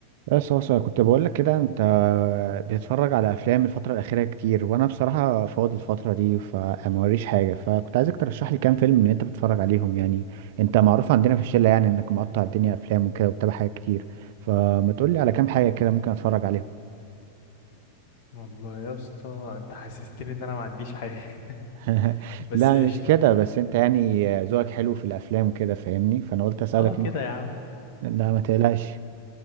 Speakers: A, on the right (about 50°); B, on the left (about 45°).
A: بس هو سؤال كنت بقول لك كده انت بتتفرج على افلام الفتره الاخيره كتير وانا بصراحه فاضي الفتره دي فموريش حاجه فكنت عايزك ترشح لي كام فيلم من اللي انت بتتفرج عليهم يعني انت معروف عندنا في الشله يعني انك مقطع الدنيا افلام وكده وبتابع حاجات كتير فما تقول لي على كام حاجه كده ممكن اتفرج عليهم
B: والله يا اسطى انت حسستني ان انا ما عنديش حاجه <laughs>
A: <laughs>
B: بس
A: لا
B: قشطه
A: مش كده بس انت يعني ذوقك حلو في الافلام كده فاهمني فانا قلت اسالك
B: اه كده
A: انت
B: يا عم
A: لا ما تقلقش